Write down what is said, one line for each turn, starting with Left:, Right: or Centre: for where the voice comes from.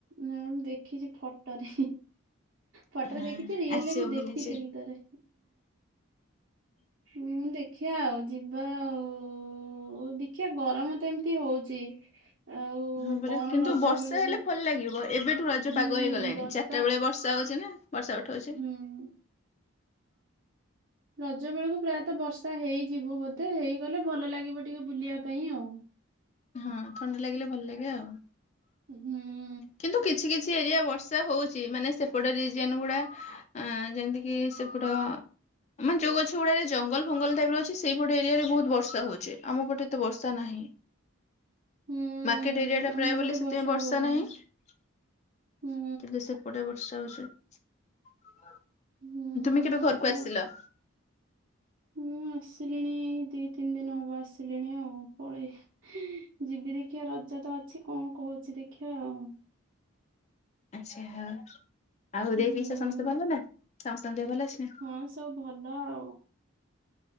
Right: ନା ମୁଁ ଦେଖିଛି ଫଟୋରେ। ଫଟୋରେ
Left: ହଁ
Right: ଦେଖିଚି। ରିଏଲରେ
Left: ଆସିବ
Right: ବି ଦେଖିଥିଲି
Left: ବୁଲି ଯେ
Right: ଥରେ। ଉଁ ଦେଖ୍ ଦେଖିବା ଆଉ। ଯିବା ଆଉ। ହଉ ଦେଖିବା ଗରମ ତ ଏମ୍ତି ହଉଛି। ଆଉ
Left: ହଁ ପରା
Right: କଣ
Left: କିନ୍ତୁ
Right: ରଜ
Left: ବର୍ଷା
Right: ବେଳକୁ
Left: ହେଲେ ଭଲ ଲାଗିବ। ଏବେଠୁ ରଜ
Right: ହୁଁ
Left: ପାଗ ହେଇଗଲାଣି
Right: ବର୍ଷା
Left: ଚାରିଟା ବେଳେ ବର୍ଷା ହଉଛି ନା। ବର୍ଷା ଉଠଉଛି।
Right: ଉଁ। ରଜ ବେଳକୁ ପ୍ରାୟତଃ ବର୍ଷା ହେଇଯିବ ବୋଧେ ହେଇଗଲେ ଭଲ ଲାଗିବ ଟିକେ ବୁଲିବା ପାଇଁ ଆଉ।
Left: ହଁ ଥଣ୍ଡା ଲାଗିଲେ ଭଲ ଲାଗେ ଆଉ।
Right: ହୁ।
Left: କିନ୍ତୁ କିଛି କିଛି ଏରିଆ ବର୍ଷା ହଉଛି ମାନେ ସେପଟ ରିଜିଅନ୍ ଗୁଡା ଯେମିତି କିି ସେପଟ ଆମର ଯୋଉ ଗଛ ଗୁଡାରେ ଜଙ୍ଗଲ ଫଙ୍ଗଲ ଟାଇପର ଅଛି ସେଇପଟେ ଏରିଆରେ ବହୁତ ବର୍ଷା ହଉଛି। ଆମ ପଟେ ଏତେ ବର୍ଷା ନାହିଁ।
Right: ହୁଁ
Left: ମାର୍କେଟ ଏରିଆଟା ପ୍ରାୟ
Right: ଆମ ପଟେ
Left: ବୋଲି ସେଥିପାଇଁ ବର୍ଷା
Right: ହଉନି
Left: <unintelligible>
Right: ହୁଁ
Left: କୋଡିଏ ବର୍ଷା ହଉଛି <inaudible>
Right: ହୁଁ
Left: ତୁମେ କେବେ ଘରକୁ
Right: ଆଉ
Left: ଆସିଲ?
Right: ମୁଁ ଆସିଲିଣି ଦି ତିନି ଦିନ ହବ ଆସିଲିଣି ଆଉ ପଳେଇ ଯିବି ଦେଖିବା ରଜ ତ ଅଛି କଣ କହୁଛି ଦେଖିବା ଆଉ?
Left: ଆଚ୍ଛା ହ ଆଉ
Right: ହୁଁ
Left: ଦେଇ ପିଇସା ସମସ୍ତେ ଭଲ ନା ସମସ୍ତଙ୍କ ଦେହ ଭଲ ଅଛି ନା?
Right: ହଁ ସବୁ ଭଲ ଆଉ।